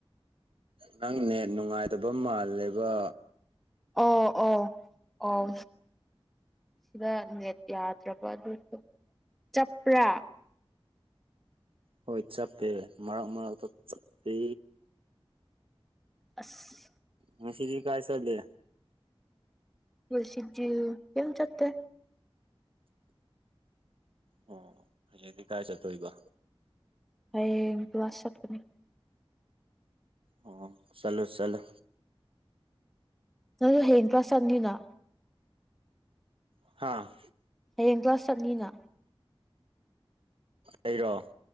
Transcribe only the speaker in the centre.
ꯑꯧ ꯑꯧ ꯑꯣ ꯁꯤꯗ ꯅꯦꯠ ꯌꯥꯗ꯭ꯔꯕ ꯑꯗꯨ ꯆꯞꯄ꯭ꯔꯥ
ꯑꯁ
ꯉꯁꯤꯗꯤ ꯀꯩꯌꯝ ꯆꯠꯇꯦ꯫
ꯍꯌꯦꯡ ꯀꯂꯥꯁ ꯆꯠꯀꯅꯤ
ꯅꯪ ꯍꯌ‌ꯦꯡ ꯀ꯭ꯂꯥꯁꯆꯠꯅꯤꯅ꯫
ꯍꯌꯦꯡ ꯀ꯭ꯂꯥꯁ ꯆꯠꯅꯤꯅ